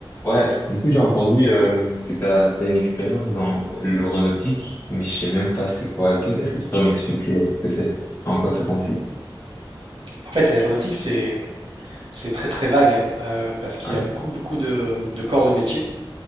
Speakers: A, on the left; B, on the right.
A: Ouais, du coup, j'ai entendu euh, que t'as, t'as une expérience dans l'aéronautique, mais je sais même pas c'est quoi. Que- Est-ce que tu pourrais m'expliquer euh, ce que c'est? En quoi ça consiste?
B: En fait, l'aéronautique, c'est c'est très très vague euh, parce qu'il
A: Ouais.
B: y a beaucoup beaucoup de, de corps de métier.